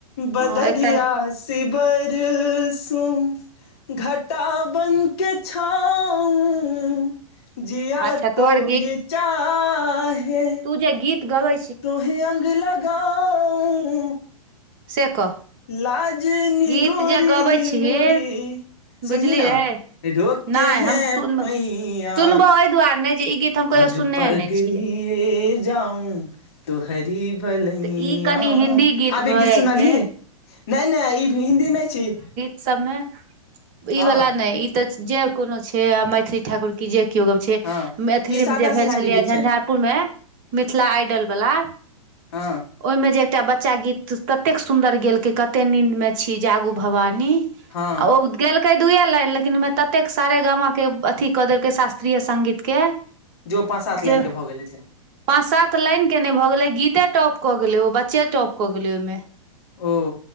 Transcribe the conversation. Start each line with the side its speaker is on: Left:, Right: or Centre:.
Left: बढ़िया
Right: हँ एक थारी
Left: सै बरसो घटा बनके छाउ। जीया
Right: अच्छा
Left: तो
Right: तोहर
Left: य चाहे
Right: पूजा गीत गाब लऽ
Left: तो हे अग लगाऽ
Right: स कह
Left: लाजनी
Right: गीत
Left: गोरी
Right: जे गबै छीही
Left: मोरी। सुनही
Right: बुझली
Left: ने
Right: रे
Left: रोके
Right: नहि
Left: है
Right: हम सुन
Left: पैया
Right: सुनबो एहि दुआरे नहि जे ई गीत हम
Left: पग
Right: कहियो सुनने
Left: पग
Right: नहि छियै
Left: लिये जाऊ तोहरि बलैय
Right: तऽ ई कनि हिन्दी
Left: आबे
Right: भऽ
Left: गीत
Right: जाइ
Left: सुनलही।
Right: छै
Left: नहि नहि ई हिन्दी नहि छी।
Right: सभमे ई
Left: हँ
Right: वला नहि ई तऽ जे कोनो छै आ मैथिली ठाकुर कि जे केओ गब छै
Left: हँ
Right: मैथिलीमे
Left: ई शारदा
Right: जे भेल
Left: सिन्हा
Right: छलैए
Left: के गीत छनि
Right: झंझारपुर मे मिथिला आइडल वाला
Left: ह
Right: ओहिमे जे एकटा बच्चा गीत ततेक सुन्दर गेलकै कतेकऽ नीन्दमे छी जागू भवानी आ
Left: हँ
Right: औ गेल कै दूए लाइन लेकिन ओमे ततेक सारे गामके अथी कऽ देलकै शास्त्रीय संगीत के
Left: जो पाँच सात
Right: जे
Left: लाइन के भ गेलै
Right: पाँच सात लाइन के नहि भऽ गेलै गीते टॉप कऽ गेलै ओ बच्चे टॉप कऽ गेलै ओइ मे
Left: ओ